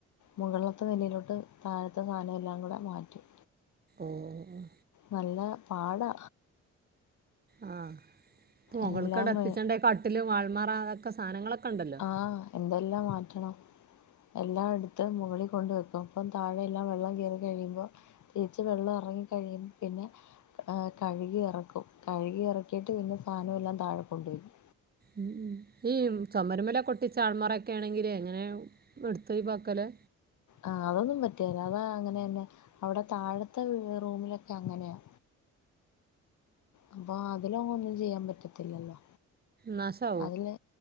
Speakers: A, on the left; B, on the right.
A: മുകളത്തെ നിലയിലോട്ട് താഴത്തെ സാന എല്ലാം കൂടെ മാറ്റും.
B: ഏഹ്
A: നല്ല പാടാ
B: ആ പ്പ മുകൾക്കങ്ങട്ട്
A: എല്ലാം
B: എത്തിച്ചണ്ടേ
A: വേ
B: കട്ടില് ആൾമാറ അതൊക്കെ സാനങ്ങളൊക്കെ ണ്ടല്ലോ
A: ആ എന്തെല്ലാം മാറ്റണം എല്ലാം എടുത്ത് മുകളിൽ കൊണ്ട് വെക്കും. അപ്പം താഴെയെല്ലാം വെള്ളം കേറി കഴിയുമ്പോ തിരിച്ച് വെള്ളം എറങ്ങി കഴിയുമ്പ പിന്നെ ആ കഴുകി എറക്കും കഴുകി എറക്കിയിട്ട് പിന്നെ സാനവൊല്ലാം താഴെ കൊണ്ടേടും
B: ഉം ഈ ചൊമര്മ്മലൊക്കൊട്ടിച്ച അൾമാറൊക്കേണെങ്കില് എങ്ങനേ ഇട്ത്തൊയ്‌വാക്കല്?
A: ആ അതൊന്നും പറ്റ്കേല അതാ അങ്ങനെ തന്നെ അവ്ടെ താഴത്തെ റൂമിലൊക്കെ അങ്ങനെയാ അപ്പോ അതിലൊങ്ങും ഒന്നും ചെയ്യാൻ പറ്റത്തില്ലല്ലോ.
B: ന്നാഷാവും
A: അതില്